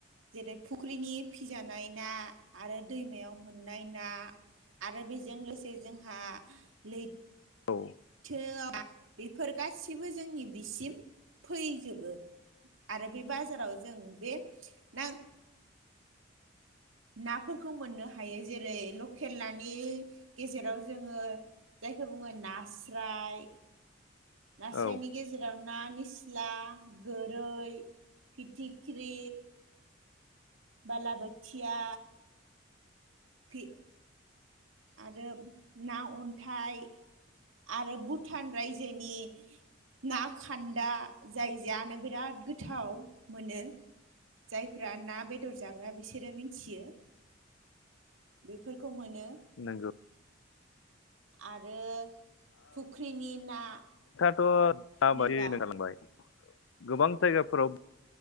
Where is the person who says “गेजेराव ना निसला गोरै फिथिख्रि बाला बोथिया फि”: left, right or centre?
Right